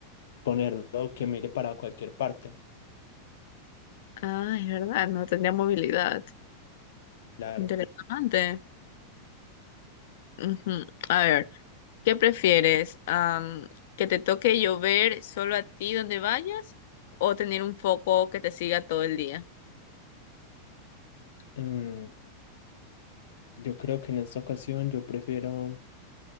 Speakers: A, on the left (about 80°); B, on the left (about 55°).
A: ponerlo que mire para cualquier parte.
B: Ah, es verdad, no tendría movilidad.
A: Claro.
B: Interesante. Ujú. A ver, ¿qué prefieres? Am, ¿que te toque llover solo a ti donde vayas o tener un foco que te siga todo el día?
A: Mm, yo creo que en esta ocasión yo prefiero